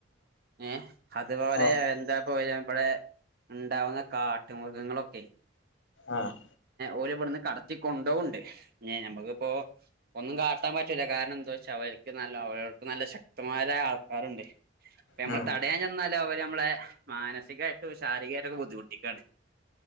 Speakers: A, on the right; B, on the left.
A: ഏ അതുപോലെ
B: ആ
A: എന്താ പോ ഇബടെ ഇണ്ടാവുന്ന കാ ട്ടു മൃഗങ്ങളൊക്കെ
B: ആഹ്
A: ഓല് ഇബട്ന്ന് കടത്തി കൊണ്ടോവ്ണ്ട് ഏ നമ്മക്കിപ്പോ ഒന്നും കാട്ടാൻ പറ്റൂല്ല കാരണം എന്തോയിച്ചാ അവര്ക്ക് നല്ല അവര്ക്ക് നല്ല ശക്തമായാ ആൾക്കാര്ണ്ട്. പ്പ നമ്മള്
B: ഉം
A: തടയാൻ ചെന്നാല് അവര് നമ്മളെ മാനസികായിട്ടും ശാരീരികായിട്ടൊക്കെ ബുദ്ധിമുട്ടിക്കാണ്.